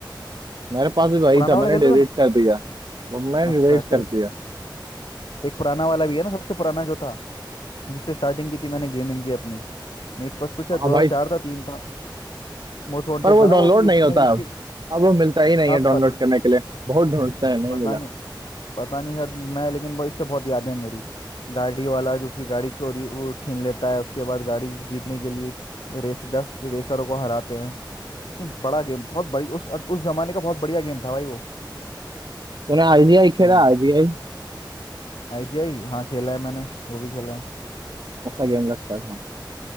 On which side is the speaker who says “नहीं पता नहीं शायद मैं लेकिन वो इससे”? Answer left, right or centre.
Left